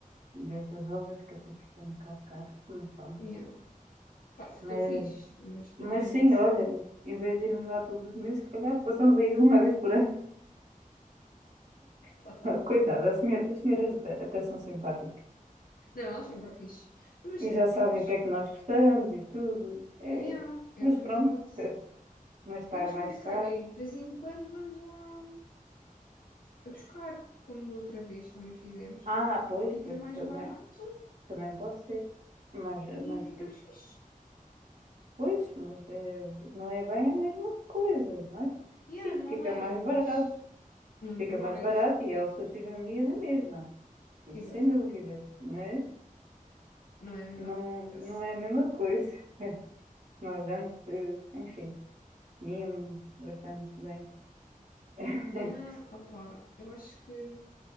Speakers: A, on the right; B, on the left.
A: desde as obras que até ficou um bocado caro, mas pronto.
B: Yeah. Pá, ficou
A: Mas,
B: fixe, mas
A: mas
B: realmente.
A: sim, olha, em vez de irmos lá todos os meses, se calhar possamos ir uma vez por ano.
B: pá.
A: <laughs> Coitada, as senhora- as senhoras até até são simpáticas.
B: Não, eles são bem fixe. Então, mas
A: E
B: se calhar
A: já
B: podemos.
A: sabem o que é que nós gostamos e tudo. É,
B: Yeah, é
A: mas
B: verdade.
A: pronto, <laughs> mas está
B: Temos
A: mais
B: que começar
A: caro.
B: aí. De vez em quando vamos lá a buscar, como da outra vez também fizemos.
A: Ah, pois,
B: Fica
A: pois,
B: mais
A: também,
B: barato
A: também pode ser. Mas,
B: e
A: mas
B: ficamos fixe.
A: Pois, mas eh, não é bem a mesma coisa, mas
B: Yeah,
A: sim,
B: não
A: fica
B: é,
A: mais
B: mas
A: barato.
B: muito
A: Fica
B: mais.
A: mais barato e é o sushi da minha na mesma. Isso
B: Exatamente.
A: sem dúvida. Mas
B: Não é a mesma
A: não,
B: coisa, eu
A: não
B: sei.
A: é a mesma coisa. <laughs> Nós antes, eh, enfim, comíamos bastante bem. <laughs>
B: Yeah, opa, eu acho que.